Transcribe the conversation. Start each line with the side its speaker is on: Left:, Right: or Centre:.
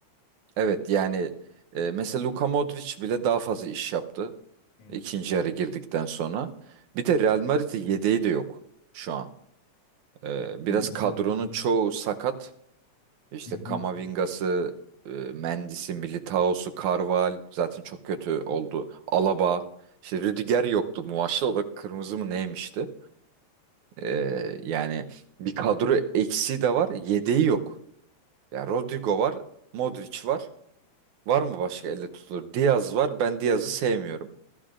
Right: Evet yani e, mesela Luka Modric bile daha fazla iş yaptı
Left: Evet.
Right: ikinci yarı girdikten sonra. Bir de Real Madrid'in yedeği de yok şu an. Ee,
Left: İyi
Right: biraz
Left: ya.
Right: kadronun
Left: ya.
Right: çoğu sakat. İşte
Left: Hı hı.
Right: Kamavinga'sı, e, Mendis'i, Militao'su, Carval zaten çok kötü oldu. Alaba, işte Rüdiger yoktu bu maçta. O da kırmızı mı neymişti? Ee, yani bir kadro eksiği de var, yedeği yok. Ya Rodrigo var, Modric var. Var mı başka elle tutulur? Diaz var. Ben Diaz'ı sevmiyorum.